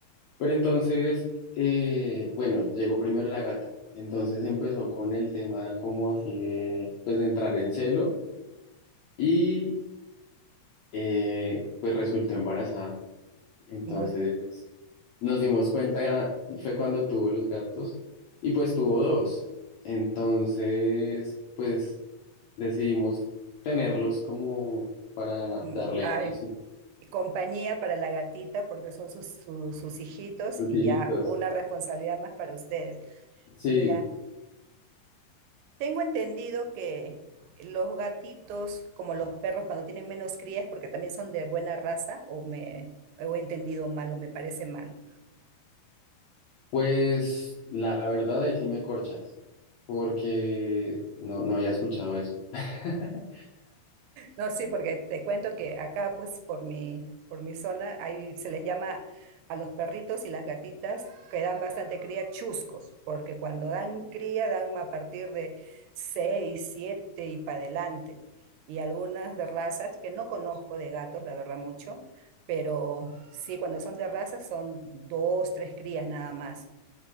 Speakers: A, on the left; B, on the right.
A: Pero entonces, eh, bueno, llegó primero la gata. Entonces empezó con el tema como así de, pues de entrar en celo y eh, pues resultó embarazada. Entonces
B: No,
A: nos dimos cuenta, fue cuando tuvo los gatos y pues tuvo dos. Entonces, pues decidimos tenerlos como para
B: mm,
A: darle
B: ay,
A: allí sus
B: y compañía para la gatita porque son sus, su- sus hijitos
A: sus
B: y
A: hijitos.
B: ya una responsabilidad más para ustedes.
A: Sí,
B: Mira, tengo entendido que los gatitos, como los perros, cuando tienen menos crías, porque también son de buena raza, o me o he entendido mal, o me parece mal.
A: pues la verdad ahí sí me corchas porque no, no había escuchado eso. <laughs>
B: No, sí, porque te cuento que acá, pues, por mi, por mi zona, ahí se les llama a los perritos y las gatitas que dan bastante cría chuscos, porque cuando dan cría dan a partir de 6 7 y para adelante. Y algunas de razas, que no conozco de gatos, la verdad, mucho, pero sí, cuando son de razas son dos, tres crías nada más.